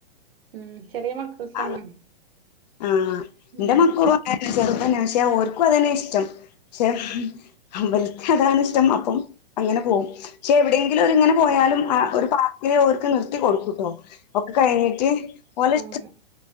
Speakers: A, on the right; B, on the left.
A: ഉം ചെറിയ മക്കൾസാണ്.
B: ആ ആഹ് ഇന്റെ
A: ഉം
B: മക്കളും അങ്ങനെന്നെ ചെറ്തെന്നെ പക്ഷെ ഓര്ക്കും അതന്നെ ഇഷ്ടം. പക്ഷെ ഇബൽക്കതാണ് ഇഷ്ടം അപ്പം അങ്ങനെ പോവും. പക്ഷെ എവിടെങ്കിലും ഓരിങ്ങനെ പോയാലും ആ
A: ഉം
B: ഒരു പാർ ക്കില് ഓര്ക്ക് നിർത്തി കൊടുക്കൂട്ടോ ഒക്കെ കഴിഞ്ഞിട്ട്. ഓലെ
A: അങ്ങനെ